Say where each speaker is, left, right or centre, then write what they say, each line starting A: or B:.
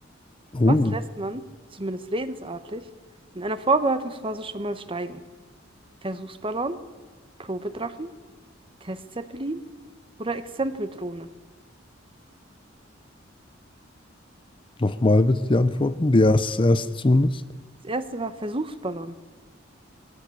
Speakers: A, on the left; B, on the right.
A: Oh,
B: Was lässt man, zumindest redensartlich, in einer Vorbereitungsphase schon mal steigen? Versuchsballon, Probedrachen, Testzeppelin oder Exempeldrohne?
A: nochmal bitte die Antworten. Die erste, erste zumindest.
B: Das erste war Versuchsballon,